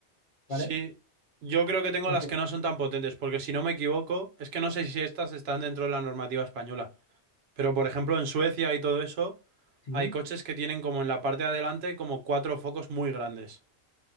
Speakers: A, on the left; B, on the right.
A: ¿vale?
B: Sí, yo creo que tengo
A: Aunque-
B: las que no son tan potentes, porque si no me equivoco, es que no sé si estas están dentro de la normativa española, pero por ejemplo en Suecia y todo eso,
A: Sí,
B: hay coches que tienen como en la parte de adelante como cuatro focos muy grandes.